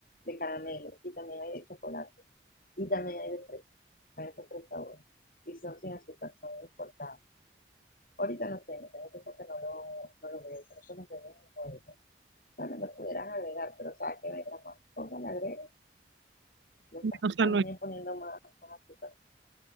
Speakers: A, on the left; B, on the right.
A: de caramelo y también hay de chocolate y también hay de fresa. Hay de tres sabores y son sin azúcar, son importados. Ahorita no tengo, tengo tiempo que no lo, no lo veo, pero eso no venden en el bodega. También lo pudieras agregar, pero sabes sea, que venga más cosas, le agregas, le estás
B: <laughs> O sea,
A: también
B: no. es.
A: poniendo más, más azúcar.